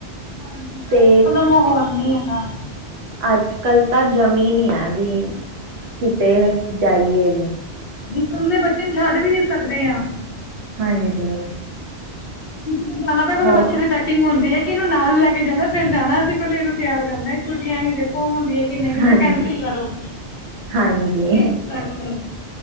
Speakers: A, on the left (about 60°); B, on the right (about 75°).
A: ਹਾਂਜੀ!
B: ਤੇ
A: ਇਥੋਂ ਦਾ ਮਾਹੌਲ ਨੀ ਹੈਗਾ।
B: ਅੱਜ ਕੱਲ ਤਾਂ ਜਮੀਨ ਹੈ ਵੀ। ਕਿਤੇ ਜਾਈਏ?
A: ਕਲੇ ਬੱਚੇ ਨੂੰ ਛੱਡ ਵੀ ਨੀ ਸਕਦੇ ਆ।
B: ਹਾਂਜੀ!
A: ਕਿਤੇ ਜਾਣਾ ਪਏ ਪਹਿਲਾਂ
B: ਹੋ
A: ਬੱਚੇ ਦੀ ਪੈਕਿੰਗ ਹੁੰਦੀ ਹੈ। ਕਿ ਇਹਨੂੰ ਨਾਲ ਲੈ ਕੇ ਜਾਣਾ। ਫ਼ਿਰ ਜਾਣਾ ਅਸੀਂ ਪਹਿਲੇ ਇਹਨੂੰ ਤਿਆਰ ਕਰਨਾ। ਛੁੱਟੀਆਂ ਵੀ ਦੇਖੋ ਹੁੰਦੀਆਂ ਕਿ ਨਹੀਂ
B: ਹਾਂਜੀ
A: ਤੇ ਕੈਂਸਲ ਕਰੋ।
B: ਹਾਂਜੀ
A: ਇਸ ਕਰਕੇ।